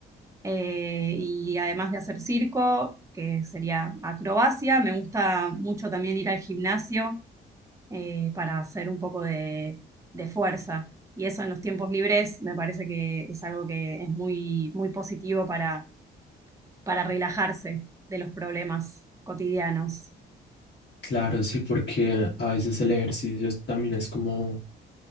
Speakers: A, on the right; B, on the left.
A: eh, y además de hacer circo, que sería acrobacia, me gusta mucho también ir al gimnasio eh, para hacer un poco de, de fuerza. Y eso en los tiempos libres me parece que es algo que es muy, muy positivo para, para relajarse de los problemas cotidianos.
B: Claro, sí, porque a veces el ejercicio es- también es como,